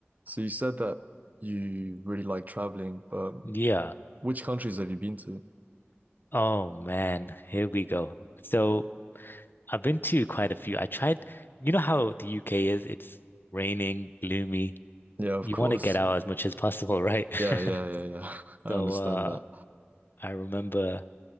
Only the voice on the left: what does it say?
Yeah.
Oh man, here we go. So I've been to quite a few. I tried, you know how the UK is? It's raining, gloomy.
You
want to get out as much as possible, right?
<laughs>
So
uh
I remember